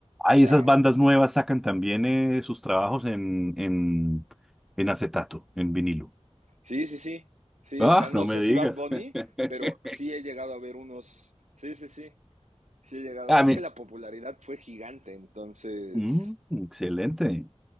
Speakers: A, in the centre; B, on the right (about 85°).
A: Hay
B: O sea,
A: esas bandas nuevas sacan también eh, sus trabajos en, en, en acetato, en vinilo.
B: sí, sí, sí, sí,
A: Ah,
B: o sea, no
A: no
B: sé
A: me
B: si
A: digas.
B: Bad Bunny,
A: <laughs>
B: pero sí he llegado a ver unos, sí, sí, sí. Sí he llegado.
A: Ah,
B: Es
A: mi-
B: que la popularidad fue gigante, entonces.
A: mm, excelente.